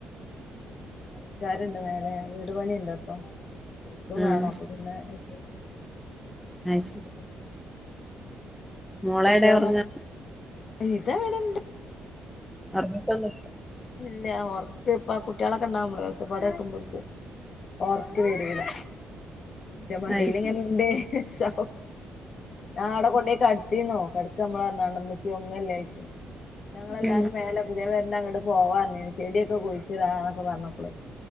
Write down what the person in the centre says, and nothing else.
ആഹ്
അയ് ശരി. മോളെവിടെ
ഒറങ്ങാ
ഒറങ്ങിട്ടൊന്നുല്ല
അത്
ഉം